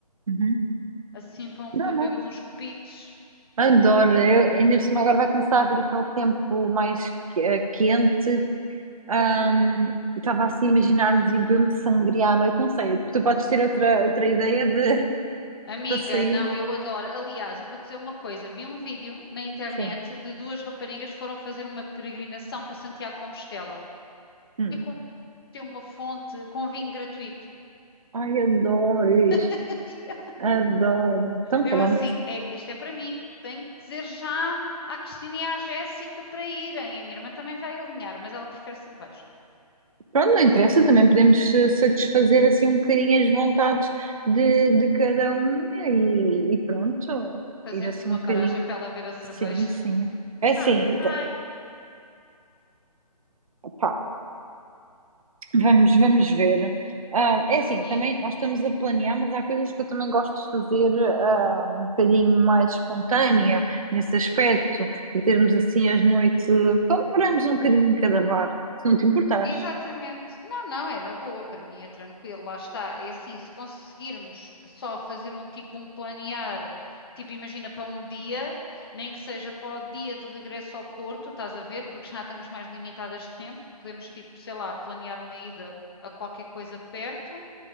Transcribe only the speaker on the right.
Uhum.
Não,
não.
Adoro. Eu, ainda por cima agora vai começar a vir aquele tempo mais que- eh, quente. Ahm,
estava assim a imaginar-nos em beber uma sangria à noite, não sei. Tu podes ter outra, outra ideia de <laughs>
para sair?
Sim.
Hum.
Ai, adoro isto.
Adoro. Então,
pronto.
Pronto, não interessa, também podemos eh, satisfazer assim um bocadinho as vontades de, de cada um né, e, e pronto,
ir assim
um bocadinho.
Sim, sim.
É assim,
t- pá, vamos, vamos ver. Ah, é assim,
também nós estamos a planear, mas há coisas que eu também gosto de fazer ah, um bocadinho mais espontânea nesse aspecto, de termos assim as noites, eh, pá, paramos um bocadinho em cada bar, se não te importares.